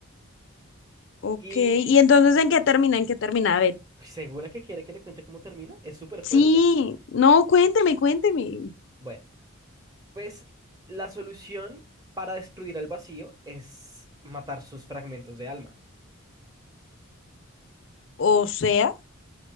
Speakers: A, on the left; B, on the right.
A: Ok,
B: Y
A: ¿y entonces en qué termina? ¿En qué termina? A ver.
B: segura que quiere que le cuente cómo termina. Es súper fuerte.
A: Sí, no, cuénteme, cuénteme.
B: Bueno, pues la solución para destruir al vacío es matar sus fragmentos de alma.
A: O sea,